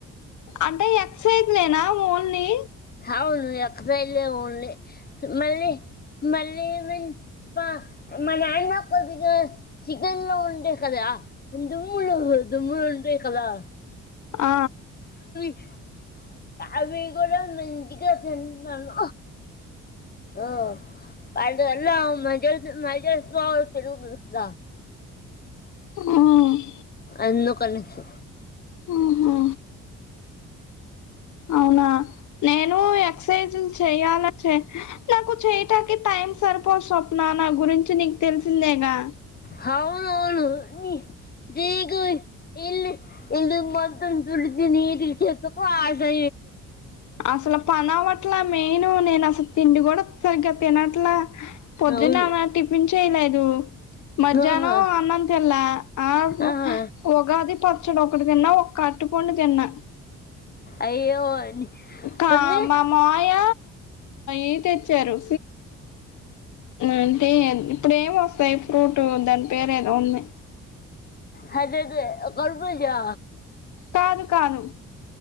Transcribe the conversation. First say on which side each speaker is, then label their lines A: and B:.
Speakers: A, on the left; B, on the left.
A: అంటే ఎక్ససైజీ ఎన ఓన్లీ
B: అవును ఎక్సైజ ఓన్లీ మళ్ళీ మళ్ళీ పా మా నాన్న కొద్దిగా చికన్ లో ఉంటె కదా దుమ్ములొ దుమ్ములో ఉంటాయి కదా
A: ఆ
B: అవి అవి కూడా మంచిగా తింటాను ఆ <unintelligible>
A: మ్
B: అందుకనేసి
A: ఉహు అవునా నేను ఎక్సర్సైజులు చెయ్యాలనీ చే నాకు చేయటానికి టైం సరపోదు స్వప్న నా గురించి నీకు తెలిసిందేగా
B: హావును హావును దీగు ఇల్ ఇల్లు మొత్తం తుడిచి నీట్గా చేసకు ఆశా
A: అసలు పనవట్లా మెయిన్ నే అసలు తిండి కూడా సరిగ్గా తినట్లా పొద్దున
B: అవును
A: ఆమె టిఫిన్ చేయలేదు. మధ్యాహ్నం
B: ఆహా
A: అన్నంతిన్ల ఆ
B: ఆహా
A: ఉగాది పచ్చడ ఒ ఒకటి తిన్న ఒక్క అరటిపండు తిన్న
B: అయ్యో అని
A: కా
B: అన్నీ
A: మా మావయ్య ఈ తెచ్చారు అంటే ఇప్పుడు ఏం వస్తాయి ఫ్రూట్ దాని పేరు ఏదో ఉంది.
B: హద హాదే కరభుజా
A: కాదు కాను